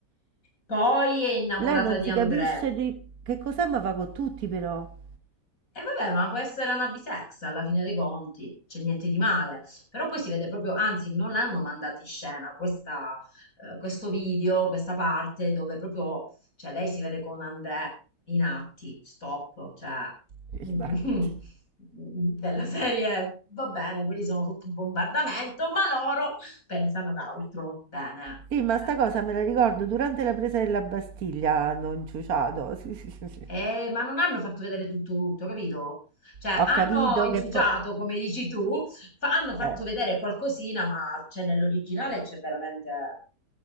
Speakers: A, on the left; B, on the right.
A: Poi è innamorata
B: Lei non
A: di
B: si
A: André.
B: capisce di che cos'è, ma va con tutti però.
A: E vabbè, ma può essere una bisex alla fine dei conti, c'è niente di male. Però poi si vede proprio, anzi, non l'hanno mandata in scena questa, eh, questo video, questa parte dove proprio, cioè lei si vede con André in atti, stop, cioè
B: <laughs> I
A: mm,
B: dati.
A: <laughs> della serie va bene, quelli sono sotto bombardamento, ma loro pensano ad altro. Bene,
B: Sì, ma
A: bene.
B: sta cosa me la ricordo durante la presa della Bastiglia hanno inciuciato. Sì, sì, sì, sì.
A: Eh, ma non hanno fatto vedere tutto, tutto, capito? Cioè,
B: Ho
A: hanno
B: capito
A: inciuciato,
B: che poi...
A: come dici tu, fa- hanno fatto
B: Eh,
A: vedere qualcosina, ma c'è nell'originale c'è veramente...